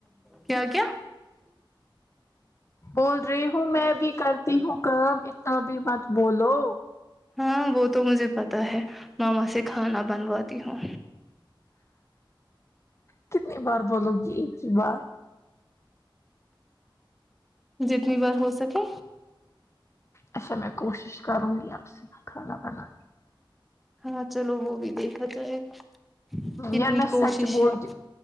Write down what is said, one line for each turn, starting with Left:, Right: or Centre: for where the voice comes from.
Centre: کیا کیا
Left: بول رہی ہوں میں بھی کرتی ہوں کام اتنا بھی مت بولو
Centre: ہاں وہ تو مجھے پتا ہے ماما سے کھانا بنواتی ہوں
Left: کتنی بار بولو گی ایک ہی بات
Centre: جتنی بار ہو سکے
Left: اچھا میں کوشش کروں گی اب سے کھانا بنانا
Centre: ہاں چلو وہ بھی دیکھا جائے گا کتنی
Left: یار میں
Centre: کوشش
Left: سچ بول
Centre: ہے
Left: تی